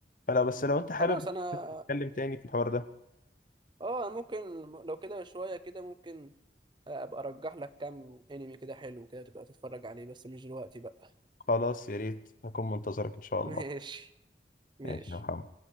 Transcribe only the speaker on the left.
فلو بس لو انت حابب
نتكلم تاني في الحوار ده
خلاص يا ريت هكون منتظرك ان شاء الله
ماشي يا محمد